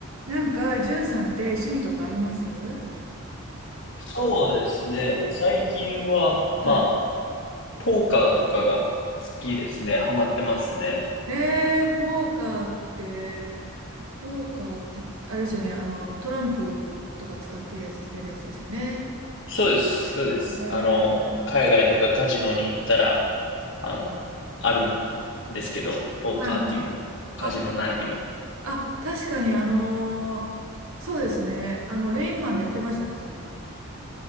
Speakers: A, on the right; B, on the left.
A: なんか、じゅんさんって趣味とかあります
B: そうですね。最近は、まあ、
A: は
B: ポーカーとかが好きですね。ハマってますね。
A: い。えー、ポーカーって、ポーカーって、あれですよね、あの、トランプとか使ってやつ、やるやつですよね。
B: そうです。そうです。
A: ねー
B: あの、海外とかカジノに行ったら、あの、あるんですけど、ポーカーっていうのも、
A: はいはい。
B: カジノ内にも。
A: あ、あ、確かに、あのーそうですね、あの、レインマンでやってましたね、そういえば、